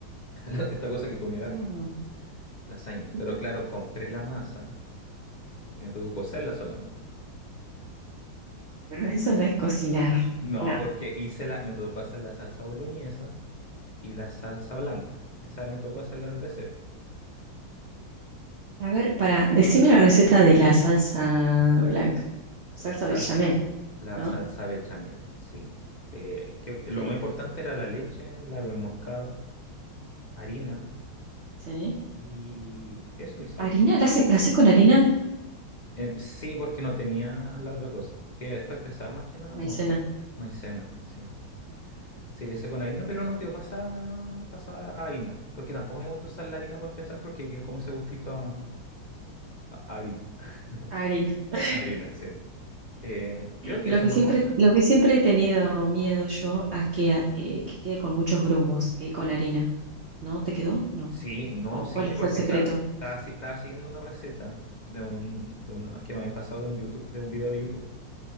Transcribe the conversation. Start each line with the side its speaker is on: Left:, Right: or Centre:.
Left: <laughs> La- esta cosa que comía Garfield,
Right: mm,
Left: lasaña.
Right: mm.
Left: Pero claro, compré la masa y me tocó cocerla solamente.
Right: Pero eso no es cocinar,
Left: No,
Right: no.
Left: porque hice la, me tocó hacer la salsa boloñesa y la salsa blanca. Esa me tocó hacerla desde cero.
Right: A ver, para, decime la receta de la salsa blanca, salsa
Left: La salsa,
Right: bechamel,
Left: la
Right: ¿no?
Left: salsa bechamel, sí. Eh, que
Right: Ok,
Left: lo más importante era la leche, la nuez moscada, harina
Right: sí.
Left: y eso, y sal.
Right: ¿Harina? ¿La hace- la haces con harina?
Left: Eh, sí, porque no tenía la otra cosa, que es para pesar más que nada nomás,
Right: Maicena.
Left: po. Maicena, sí. Sí, le hice con harina, pero no quedó pasada, pasada a harina, porque tampoco me gusta usar la harina para pesar porque queda como ese gustito a, a- a harina. <laughs>
Right: Arena. <laughs>
Left: A harina, sí. Eh, creo que
Right: Lo
Left: eso
Right: que
Left: no
Right: siempre,
Left: me usa.
Right: lo que siempre he tenido miedo yo a que, a- eh, que quede con muchos grumos, eh, con harina. ¿No? ¿Te quedó? No.
Left: Sí, no,
Right: ¿O
Left: sí,
Right: cuál fue
Left: porque
Right: el secreto?
Left: está, estaba, si- estaba siguiendo una receta de un, de una, que me habían pasado en YouTube, de un video de YouTube.